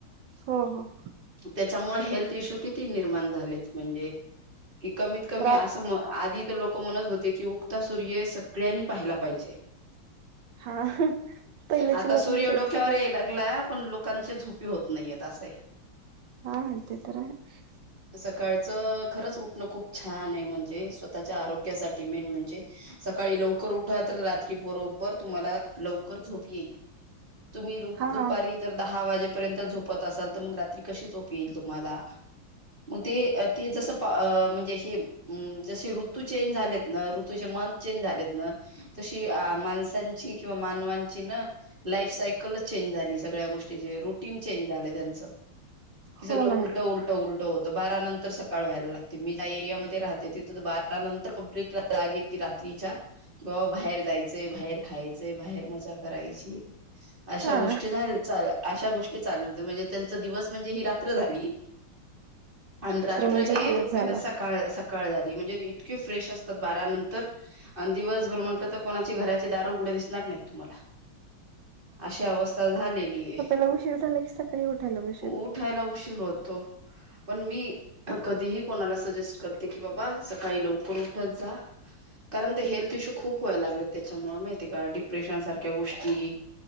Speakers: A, on the right; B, on the right.
A: हो हो.
B: त्याच्यामुळे हेल्थ इश्यू किती निर्माण झालेत. म्हणजे, की कमीत कमी
A: रात
B: असं म आधीच लोक म्हणत होते की उगता सूर्य सगळ्यांनी पाहायला पाहिजे.
A: हा पहिलेचे
B: आता
A: लोक
B: सूर्य
A: म्हणजे
B: डोक्यावर
A: सगळ
B: येईल गला पण लोकांच्या झोपी होत नाहीयेत. असये.
A: हा हां. ते तर आहेच.
B: सकाळचं खरंच उठणं खूप छान आहे. म्हणजे स्वतःच्या आरोग्यासाठी मेन म्हणजे. सकाळी लवकर उठा, तर रात्री बरोबर तुम्हाला लवकर झोप येईल. तुम्ही र
A: हा
B: दुपारी जर दहा वाजेपर्यंत झोपत असाल, तर मग रात्री कशी झोप येईल तुम्हाला? मग ते ती जसं पा अं म्हणजे अशी अं जशी ऋतू चेंज झालेत ना ऋतूचे मंथ चेंज झालेत ना तशी अ माणसांची किंवा मानवांची ना लाईफ सायकलच चेंज झाली. सगळ्या गोष्टीचे रूट टिन चेंज झाल त्यांच. सगळं
A: हो
B: उलट
A: ना
B: उल उलट उलट होत. बारा नंतर सकाळ व्हायला लागते. मी ज्या एरियामध्ये राहते, तिथं तर बारा नंतर पब्लिक ला जाग येती रात्रीच्या. कि बाबा बाहेर जायचंय, बाहेर खायचंय, बाहेर मजा करायची. अशा
A: हा
B: गोष्टी झाल्या चाल अशा गोष्टी चालुत. म्हणजे त्यांचा दिवस म्हणजे ही रात्र झाली, अन रात्र
A: म्हणजे
B: ही
A: दिवस झाला
B: अ सकाळ सका काळ झाली. म्हणजे इतके फ्रेश असतात बारानंतर अन दिवसभर म्हंटलं तर, कोणाची घराचे दार उघड दिसणार नाहीत तुम्हाला. अशी अवस्था झालेली ये.
A: ला उशीर झाला, की सकाळी उठायला वेळ
B: उठायला उशीर होतो. पण मी कधीही कोणाला सजेस्ट करते, की बाबा सकाळी लवकर उठत जा. कारण ते हेल्थ इश्यू खूप व्हायला लागले त्याच्यामुळे, माहितीय का? डिप्रेशन सारख्या गोष्टी